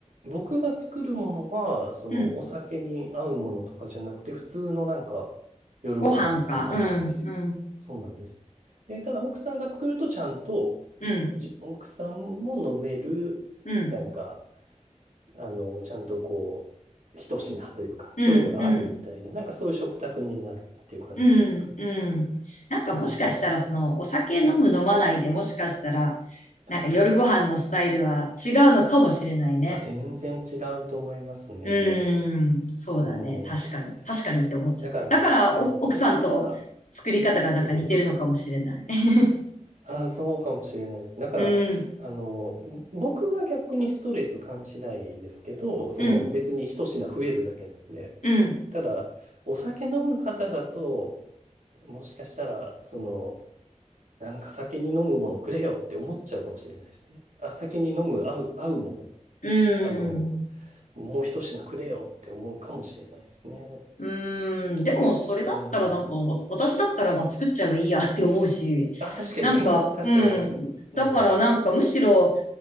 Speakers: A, on the right; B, on the left.
A: 僕が作るものは、その、
B: うん。
A: お酒に合うものとかじゃなくて、普通のなんか、夜ご飯みたいになるんですよ。
B: ご飯か。うん、うん、
A: そうなんです。で、ただ奥さんが作るとちゃんと、
B: うん、
A: じ、奥さんも飲める、
B: うん、
A: なんか、あの、ちゃんとこう、一品というか、
B: うん、
A: そういうのがあるみたいな、
B: うん、
A: なんかそういう食卓になるっていう感じですかね。
B: うん、うん。なんかもしかしたら、
A: うん。
B: その、お酒飲む飲まないでもしかしたら、
A: はい。
B: なんか夜ご飯のスタイルは違うのかもしれないね。
A: あ、全然違うと思いますね。
B: うーん、そうだね。
A: う
B: 確かに。
A: ん。
B: 確かにって思っちゃった。
A: だから、
B: だから、
A: いや、
B: お奥さんと作り方がなんか似てるのかもしれない。
A: 僕は、そう。
B: <laughs>
A: ああ、そうかもしれないです。だから、
B: うん、
A: あの、僕は逆にストレス感じないですけど、その別に一品増えるだけなんで。
B: うん、うん、
A: ただ、お酒飲む方だと、もしかしたら、その、なんか酒に飲むものくれよって思っちゃうかもしれないですね。あ、酒に飲む合う、合うもの。
B: う
A: あの、
B: ん。
A: もう一品くれよって思うかもしれないですね。
B: うーん、でもそれだったらなんか、
A: うん。
B: わ私だったらまあ作っちゃえばいいやって思うし、
A: あ、確かに。
B: なんか、
A: <laughs> 確かに確かに。
B: うん。だからなんかむしろ、
A: うん。